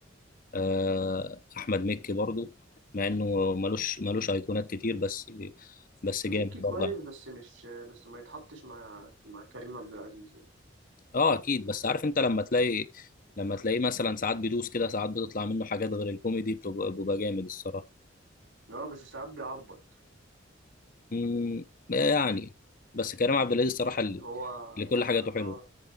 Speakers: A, on the left; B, on the right.
A: آه، احمد مكي برضو مع انه ملوش ملوش ايقونات كتير بس بس
B: ميكي
A: جامد برضه
B: كويس بس مش بس ما يتحطش مع مع كريم عبد العزيز يعني
A: اه اكيد بس عارف انت لما تلاقي لما تلاقيه مثلا ساعات بيدوس كده ساعات بتطلع منه حاجات غير الكوميدي بتبقى بيبقى جامد الصراحه
B: اه بس ساعات بيعبط
A: امم يعني بس كريم عبد العزيز الصراحه
B: يعني
A: اللي,
B: هو اه
A: اللي كل حاجاته حلوه